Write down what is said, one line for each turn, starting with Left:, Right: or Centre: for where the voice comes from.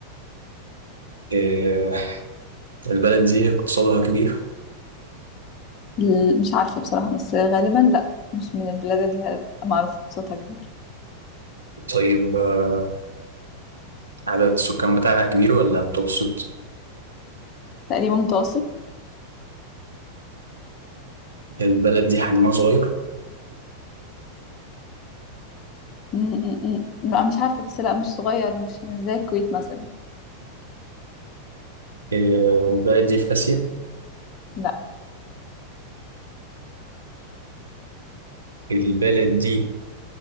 Right: آه البلد دي اقتصادها كبير
Left: ال- مش عارفة بصراحة بس غالبا لا مش من البلاد اللي هي معروفة بصوتها كبير
Right: طيب آه عدد السكان بتاعها كبير ولا متوسط
Left: تقريبا متوسط
Right: البلد دي حجمها صغير
Left: أمم، أمم، أمم. لا مش عارفة بس لا مش صغير مش مش زي الكويت مثلا
Right: آه البلد دي في آسيا
Left: لا
Right: البلد دي